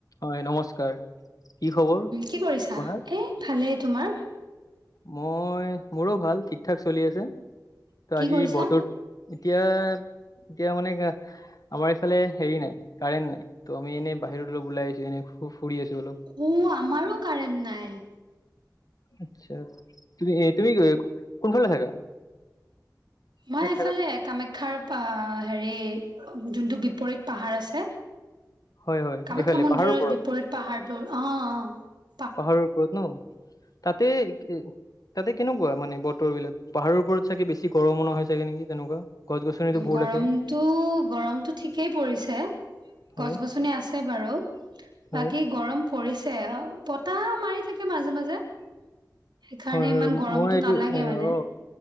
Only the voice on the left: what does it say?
হয় নমস্কাৰ কি খবৰ
আপোনাৰ?
মই মোৰো ভাল ঠিক ঠাক চলি আছে তো
আজি
বতৰ এতিয়া এতিয়া মানে আমাৰ ইফালে হেৰি নাই কাৰেণ্ট নাই তো আমি এনে বাহিৰত অলপ ওলাই আছো এনেই ফুৰি আছো অলপ
আচ্ছা তুমি তুমি কোনফালে থাকা
ঠাইত
থাকা তুমি?
হয় হয়
এইফালে
পাহাৰৰ ওপৰত
পাহাৰৰ ওপৰত ন তাতে তাতে কেনেকুৱা মানে বতৰ বিলাক পাহাৰৰ ওপৰত চাগে বেছি গৰম মনা হৈাগ নেকি তেনেকুৱা গছ গছনিতো বহুত
আছে
হয়
হয়।
হয় হয়
মই এইটো
এ
অ